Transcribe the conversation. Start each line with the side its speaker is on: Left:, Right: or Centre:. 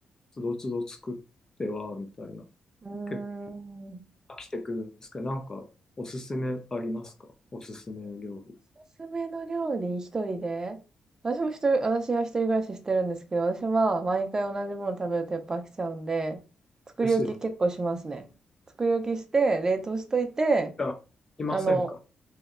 Left: つどつど作ってはみたいな、
Right: ーん。
Left: 結構飽きてくるんですけど、なんかおすすめありますかおすすめ料理。
Right: おすすめの料理、一人で私も一人、私は一人暮らししてるんですけど、私は毎回同じもの食べるとやっぱ飽きちゃうんで、作り置き結構しますね。
Left: ですよね。
Right: 作り置きして、冷凍しといて、
Left: あいませんか
Right: あの、